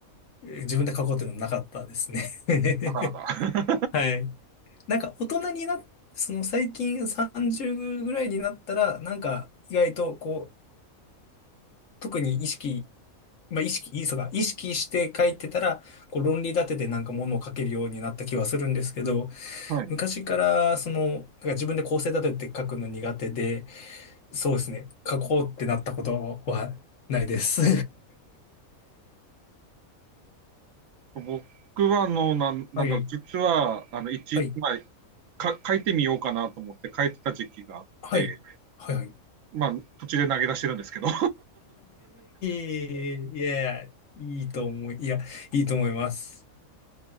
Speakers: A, on the left; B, on the right.
A: えー自分で書こうっていうのはなかったですね。<laughs>
B: あらあら。
A: はい。なんか大人にな、その最近三十ぐらいになったらなんか意外とこう特に意識、まあ意識いいそば意識して描いてたらこう論理立ててなんかものを描けるようになった気はするんですけど
B: <laughs> はい。
A: 昔からその自分で構成立てて描くの苦手でそうですね描こうってなったことはないです
B: 僕は、あの、なん、なんだろう、
A: はい
B: 実は、あの、一、
A: はい
B: まあ、か、書いてみようかなと思って書いてた時期があって、
A: はいはい
B: まあ、途中で投げ出してるんですけど、
A: いやいやいいと思いいやいいと思います。